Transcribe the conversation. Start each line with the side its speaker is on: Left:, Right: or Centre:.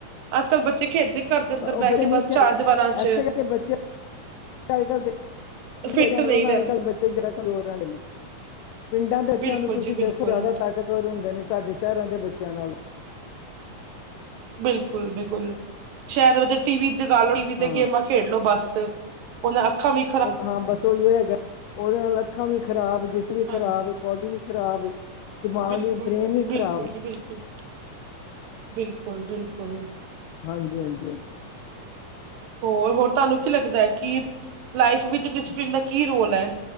Right: ਅੱਜ ਕੱਲ੍ਹ ਬੱਚੇ ਖੇਡਦੇ ਘਰ ਦੇ ਅੰਦਰ
Left: ਉਹ
Right: ਬਹਿ
Left: ਬੱਚੇ
Right: ਕੇ
Left: ਨਹੀਂ
Right: ਬਸ
Left: ਖੇਡਦੇ
Right: ਚਾਰ ਦੀਵਾਰਾਂ ਚ
Left: ਇਸੇ ਕਰਕੇ ਬੱਚੇ ਅੱਜ ਕੱਲ ਤੇ,
Right: ਫਿੱਟ
Left: ਜਾਣ
Right: ਨਹੀਂ
Left: ਲ ਨਾ
Right: ਰਹਿੰ
Left: ਅੱਜ ਕੱਲ ਬ <unintelligible> ਜਿਹੜ ਕੋਰ ਨੇ <unintelligible> ਪਿੰਡਾਂ ਦੇ ਬੱਚਿਆਂ
Right: ਬਿਲਕੁਲ
Left: ਨੂੰ ਤੁਸੀਂ
Right: ਜੀ ਬਿਲਕੁਲ
Left: ਦੇਖੋ ਜ਼ਿਆਦਾ ਤਾਕਤਵਰ ਹੁੰਦੇ ਨੇ ਸਾਡੇ ਸ਼ਹਿਰਾਂ ਦੇ ਬੱਚਿਆਂ ਨਾਲੋ
Right: ਬਿਲਕੁਲ -ਬਿਲਕੁਲ ਸ਼ਾਇਦ ਬ ਟੀ ਵੀ ਦਿਖਾ ਲੋ ਟੀਵ ਤੇ
Left: ਹਾਂ
Right: ਗੇਮਾਂ ਖੇਡਲੋ ਬੱਸ। ਔਹਨਾਂ ਅੱਖਾਂ ਵੀ
Left: ਬਸ ਹਾਂ ਬਸ ਔਹੀ ਹੈਗਾ ਉਹਦੇ ਨਾਲ ਅੱਖਾਂ ਵੀ ਖ਼ਰਾਬ ਜਿਸ ਵੀ
Right: ਹਾਂਜੀ
Left: ਖ਼ਰਾਬ ਬੋਡੀ ਵੀ ਖ਼ਰਾਬ ਦਿਮਾਗ
Right: ਬਿਲਕੁਲ-
Left: ਬ੍ਰੇਨ ਵੀ ਖ਼ਰਾਬ
Right: ਬਿਲਕੁਲ ਜੀ ਬਿਲਕੁਲ, ਬਿਲਕੁਲ -ਬਿਲਕੁਲ
Left: ਹਾਂਜੀ- ਹਾਂਜੀ -ਹਾਂਜੀ,
Right: ਹੋਰ ਹੋਰ ਤੁਹਾਨੂੰ ਕੀ ਲੱਗਦਾ ਹੈ ਕਿ ਲਾਈਫ ਵਿਚ ਡਿਸਪਲਨ ਦਾ ਕੀ ਰੋਲ ਹੈ।